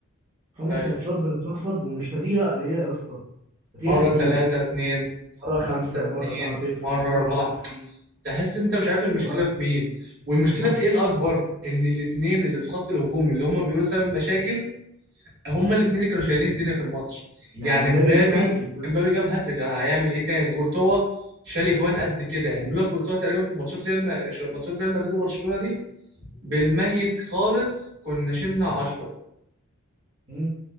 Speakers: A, on the right; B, on the right.
A: خمس
B: ايوه
A: ماتشات بنتنفض ومش نتيجه قليله يا اسطى نتيجه
B: مرة
A: كبيره
B: تلاتة اتنين
A: مره خمسه
B: خمسة اتنين
A: ومره 4 0
B: مرة
A: ومره
B: أربعة
A: مش عارف إيه.
B: تحس انت مش عارف المشكلة
A: اللي هو
B: في مين والمشكلة
A: الماتش
B: في ايه الأكبر ان الاتنين اللي في خط الهجوم اللي هما بيقولوا سبب مشاكل هما الاتنين اللي كانوا شايلين الدنيا في الماتش
A: يعني
B: يعني
A: مبابي
B: مبابي
A: جاب هاتريك يا اسطى
B: مبابي جاب هاتريك هيعمل ايه تاني كورتوا شال اجوان قد كده يعني لولا كورتوا تقريبا في ماتشات ريال ما... ماتشات ريال مدريد وبرشلونة دي بالميت خالص كنا شلنا 10
A: مم.